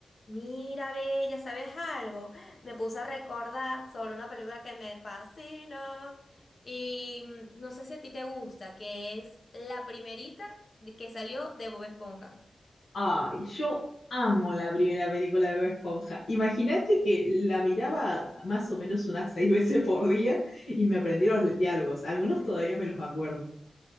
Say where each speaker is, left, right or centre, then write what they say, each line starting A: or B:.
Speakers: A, on the left; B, on the left.
A: Mira, Bella, ¿sabes algo? Me puse a recordar sobre una película que me fascina y mm, no sé si a ti te gusta, que es la primerita de- que salió de Bob Esponja.
B: Ay, yo amo la primera película de Bob Esponja. Imagínate que la miraba más o menos unas seis veces por día y me aprendí los le- diálogos. Algunos todavía me los acuerdo.